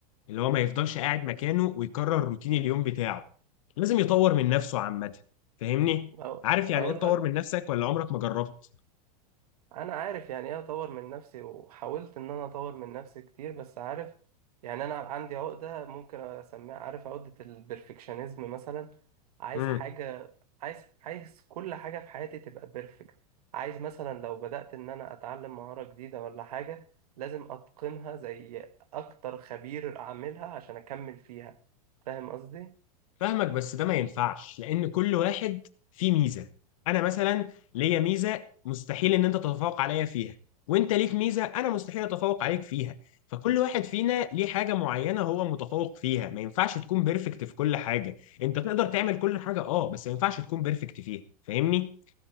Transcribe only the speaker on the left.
اللي هو ما يفضلش قاعد مكانه ويكرر روتين اليوم بتاعه لازم يطور من نفسه عامة فاهمني؟
عارف يعني
ايه تطور
من نفسك ولا عمرك ما جربت؟
امم
فاهمك بس ده ما ينفعش لأن كل واحد فيه ميزة أنا مثلا ليا ميزة مستحيل إن أنت تتفوق عليا فيها وأنت ليك ميزة أنا مستحيل أتفوق عليك فيها فكل واحد فينا ليه حاجة معينة هو متفوق فيها ما ينفعش تكون بيرفكت في كل حاجة أنت تقدر تعمل كل حاجة أه بس ما ينفعش تكون بيرفكت فيها فاهمني؟